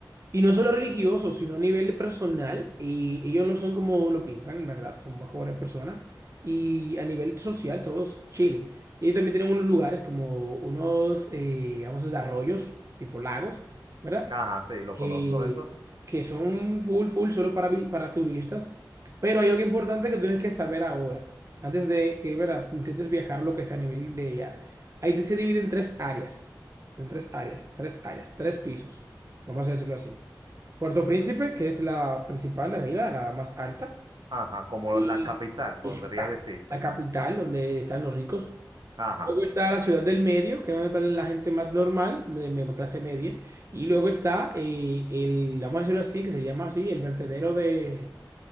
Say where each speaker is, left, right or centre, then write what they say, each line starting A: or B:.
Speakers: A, on the right (about 40°); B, on the right (about 65°).
A: Y no solo religiosos sino a nivel personal. Y ellos no son como lo pintan, ¿verdad? Son mejores personas. Y a nivel social, todos chilling. Y ellos también tienen unos lugares como unos, eh, vamos a decir, arroyos, tipo lagos, ¿verdad?
B: ajá, sí, lo
A: Que,
B: conozco eso.
A: que son full, full, solo para, vi- para turistas. Pero hay algo importante que tienes que saber ahora. Antes de que, ¿verdad? Intentes viajar lo que sea a nivel de ella. Ahí se divide en tres áreas. En tres áreas, tres áreas, tres pisos. Vamos a decirlo así. Puerto Príncipe, que es la principal de arriba, la más alta,
B: Ajá, como
A: y
B: la capital, podría
A: exacto,
B: decirse.
A: la capital donde están los ricos.
B: Ajá.
A: Luego está la ciudad del medio, que es donde está la gente más normal, de me- clase media. Y luego está eh, el, vamos a decirlo así, que se llama así, el vertedero de,